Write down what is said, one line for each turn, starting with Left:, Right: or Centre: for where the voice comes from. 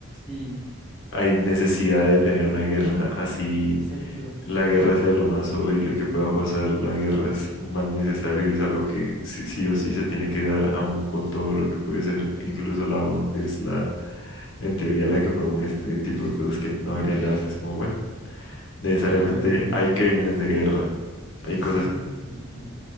Centre: Sí,
Left: hay necesidad de tener una guerra así
Centre: exacto.
Left: la guerra sea lo más horrible que pueda pasar. La guerra es un mal necesario y es algo que sí, sí o sí se tiene que dar, aún con todo lo que puede ser, incluso la ONU, que es la, en teoría, la que promueve este tipo de cosas que no deberían darse. Es como, bueno, necesariamente
Centre: Sí, igual.
Left: hay crímenes de guerra, hay
Centre: Eso
Left: cosas
Centre: es un-